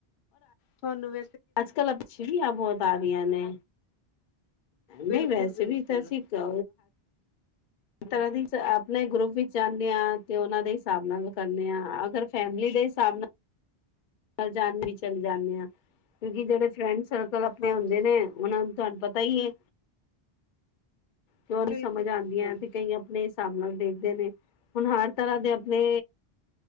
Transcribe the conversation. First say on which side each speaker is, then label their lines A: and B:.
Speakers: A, on the left; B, on the left.
A: ਤੁਹਾਨੂੰ ਵ
B: ਅੱਜ ਕੱਲ੍ਹ ਅੱਛ ਵੀਆਂ ਬਹੁਤ ਆ ਰਹੀਆਂ ਨੇ।
A: ਬਿਲਕੁਲ
B: ਨਈ ਵੈਸੇ
A: ਬਿਲਕੁਲ
B: ਵੀ ਤਾਂ ਅਸੀਂ <unintelligible> ਤਰ੍ਹਾਂ ਦੀ ਆਪਣੇ ਗਰੁੱਪ ਵਿੱਚ ਜਾਨੇ ਆਂ ਤੇ ਉਹਨਾਂ ਦੇ ਹਿਸਾਬ ਨਾਲ ਕਰਨੇ ਆਂ, ਅਗਰ ਫੈਮਿਲੀ ਦੇ ਹਿਸਾਬ ਨਾਲ <unintelligible> ਵੀ ਚਲੇ ਜਾਂਨੇ ਆਂ ਕਿਉਂਕਿ ਜਿਹੜੇ ਫਰੈਂਡ ਸਰਕਲ ਅਪਨੇ
A: ਹਾਂਜੀ
B: ਹੁੰਦੇ ਨੇ ਉਹਨਾ ਨੂੰ ਤੁਹਾਨੂੰ ਪਤਾ ਈ ਏ। ਕਿਉਂ
A: ਬਿਲਕੁਲ
B: ਨੀ ਸਮਝ ਆਂਦੀਆਂ
A: ਬਿਲਕੁਲ
B: ਤੇ ਕਈ ਅਪਨੇ ਹਿਸਾਬ ਨਾਲ ਦੇਖਦੇ ਨੇ ਹੁਨ ਹਰ ਤਰ੍ਹਾਂ ਦੇ ਅਪਨੇ